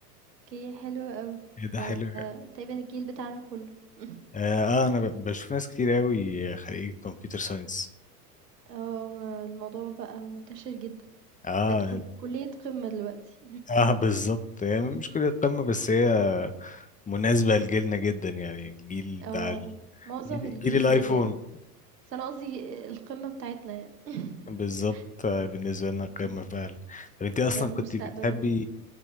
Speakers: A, on the right; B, on the left.
A: اوكي حلو قوي
B: ايه ده
A: ده
B: حلو اه,
A: تقريبا الجيل بتاعنا كله <laughs>
B: آه انا ب- بشوف ناس كتير قوي خريجة كمبيوتر ساينس
A: اه ما الموضوع بقى منتشر جدا
B: اه
A: بقت كل- كلية قمة دلوقتي
B: اه بالظبط هي مش كلية قمة بس هي مناسبة لجيلنا جدا يعني الجيل
A: اه
B: بتاع ال-
A: معظم
B: جيل
A: الجيل
B: جيل الايفون
A: يعني بس انا قصدي القمة بتاعتنا يعني <laughs>
B: بالظبط آه، بالنسبة لنا
A: مم.
B: قمة فعلا طب انت اصلا
A: عشان المستقبل
B: كنت بتحبي
A: وكده